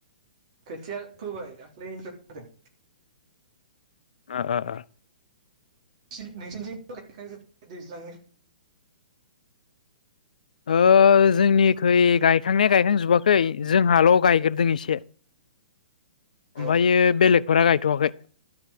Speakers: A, on the right; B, on the left.
A: खोथिया फोबाय दाख्लैनो फोदों
B: आ आ आ
A: नोंसि नोंसिनिथिं <inaudible> दैज्लां
B: ओ जोंनि खै गायखांनाया गायखां जोबाखै जोंहाल' अ गायगोरदों एसे ओमफायो
A: अ
B: बेलेगफोरा गाय थ'आखै